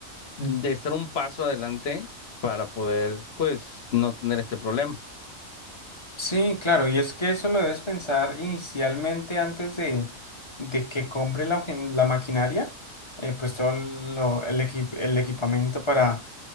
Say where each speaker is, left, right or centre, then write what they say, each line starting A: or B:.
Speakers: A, on the left; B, on the left.
A: de estar un paso adelante para poder, pues, no tener este problema.
B: Sí, claro, y es que eso lo debes pensar inicialmente antes de, de que compre la, la maquinaria, eh, pues todo lo- el, equi- el equipamiento para,